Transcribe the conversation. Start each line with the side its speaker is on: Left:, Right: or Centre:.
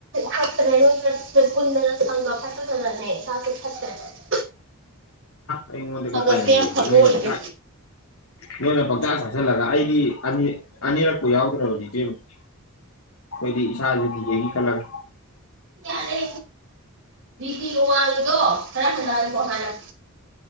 Right: ꯍꯥꯠꯇ꯭ꯔꯦ ꯅꯣꯏꯨꯟꯗꯅꯪ ꯐꯠꯇ ꯁꯥꯠ ꯐ <unintelligible>
Left: ꯑꯩꯉꯣꯟꯗ
Right: ꯍꯪꯒꯠꯁꯦ
Left: ꯀ ꯇꯥꯏꯅ
Right: ꯌꯥꯝ
Left: ꯑꯩ
Right: ꯐꯕ
Left: ꯅꯣꯏꯅꯕꯨ
Right: ꯑꯣꯏꯗ꯭ꯔꯦ
Left: ꯅꯣꯏꯅ ꯄꯪꯡꯆꯥ ꯆꯥꯁꯤꯜꯂꯒ ꯑꯩꯗꯤ ꯑꯅꯤ ꯑꯅꯤꯔꯛꯄꯨ ꯌꯥꯎꯗ꯭ꯔꯕ ꯏꯆꯦꯝ ꯑꯩꯈꯣꯏꯗꯤ ꯏꯁꯥꯁꯤ ꯌꯦꯒꯤ ꯈꯜꯂꯥꯒꯥ
Right: ꯌꯥꯔꯦ ꯕꯤꯄꯤ ꯋꯥꯡ ꯏꯗꯣ ꯈ꯭ꯔꯥ ꯍꯟꯗꯍꯟꯒꯣ ꯍꯥꯟꯅ